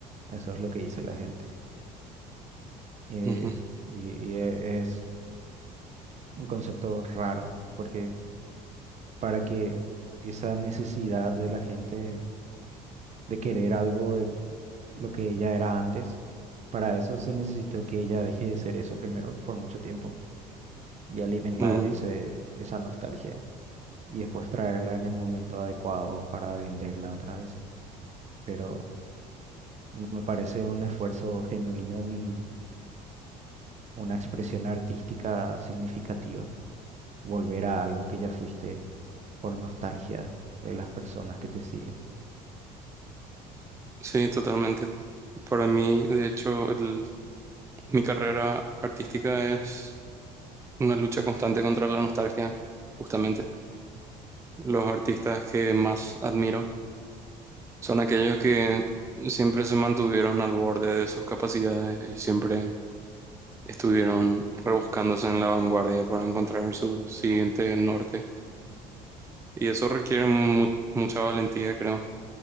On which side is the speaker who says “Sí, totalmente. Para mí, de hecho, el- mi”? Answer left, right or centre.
Right